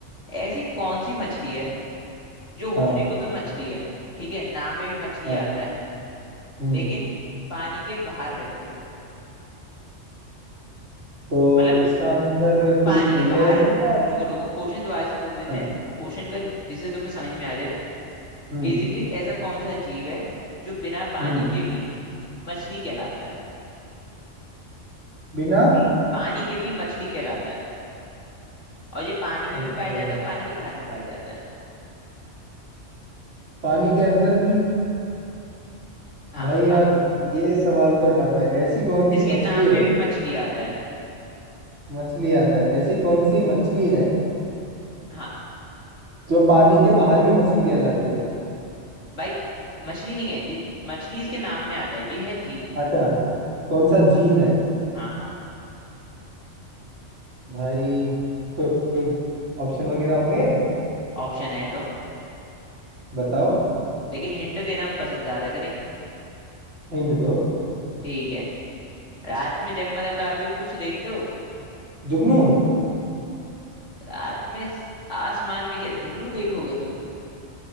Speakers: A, on the left (about 70°); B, on the right (about 70°).
A: ऐसी कौन सी मछली है जो होने
B: हाँ
A: को तो मछली है ठीक है नाम में भी मछली
B: हाँ
A: आता है
B: हम्म
A: लेकिन पानी के बाहर रहती है
B: तो
A: मतलब
B: इसका आंसर
A: पानी
B: पी-
A: के
B: ये
A: बाहर
B: हो सकता है
A: रुको रुको क्वेश्चन दोबारा से बोल देते
B: हाँ
A: हैं क्वेश्चन का जिससे तुम्हें समझ में आ जाए
B: हम्म
A: बेसिकली ऐसा कौन सा जीव है जो बिना पानी
B: हम्म
A: के भी मछली कहलाता है
B: बिना
A: ठीक है पानी के भी मछली कहलाता है और ये पानी में
B: अबे
A: भी पाया जाता
B: यार,
A: है और पानी के बाहर भी पाया जाता है
B: पानी के अंदर भी
A: हाँ
B: भाई यार
A: पा-
B: ये सवाल तो टफ है ऐसी कौन सी
A: इसके
B: मछली
A: नाम में
B: है
A: भी मछली आता है
B: मछली आता है ऐसी कौन सी मछली है
A: हाँ
B: जो पानी के बाहर भी मछली कहलाती है
A: भाई मछली नहीं है जी मछली इसके नाम में आता है जी है जीव
B: अच्छा कौन सा जीव है
A: हाँ हाँ
B: भाई कोई ऑप्शन वगैरह होंगे
A: ऑप्शन है तो
B: बताओ
A: लेकिन हिंट देना हम पसंद ज्यादा करेंगे
B: हिंट दो
A: ठीक है रात में जगमग गाते हुए कुछ देखते हो
B: जुगनू
A: रात में स- आसमान में क्या जुगनू देखोगे तुम